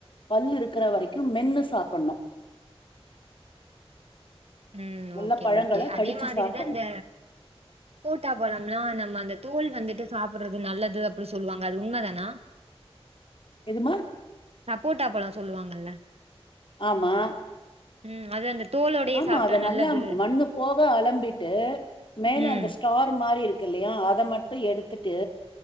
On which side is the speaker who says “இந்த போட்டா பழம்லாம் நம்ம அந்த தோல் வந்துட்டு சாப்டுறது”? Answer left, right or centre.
Right